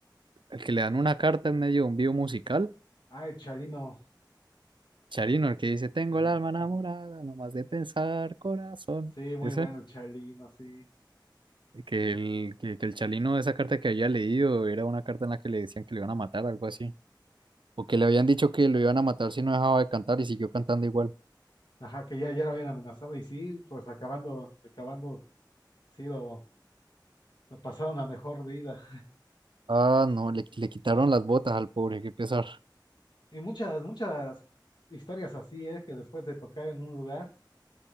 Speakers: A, on the right; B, on the left.
A: al que le dan una carta en medio de un video musical,
B: ay, Chalino.
A: Charino, el que dice, tengo
B: Ajá.
A: el alma enamorada, nomás de pensar, corazón.
B: Sí, muy
A: Ese,
B: bueno el Chalino, sí.
A: que el, que, que el Chalino, esa carta que había leído, era una carta en la que le decían que le iban a matar, algo así. O que le habían dicho que lo iban a matar si no dejaba de cantar y siguió cantando igual.
B: Ajá, que ya, ya lo habían amenazado y sí, pues acabando, acabando sido a pasar una mejor vida.
A: Ah, no, le, le quitaron las botas al pobre, qué pesar.
B: Y muchas, muchas historias así, ¿eh? Que después de tocar en un lugar,